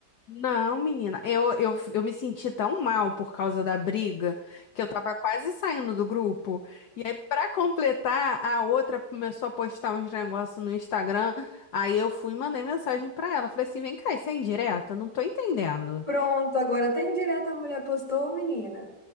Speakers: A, on the left (about 65°); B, on the left (about 25°).
A: Não, menina, eu, eu, eu me senti tão mal por causa da briga que eu tava quase saindo do grupo. E aí, pra completar, a outra começou a postar uns negócios no Instagram. Aí eu fui e mandei mensagem pra ela. Falei assim: vem cá, isso é indireta? Eu Não tô entendendo.
B: Pronto, agora tem direto a mulher postou, menina.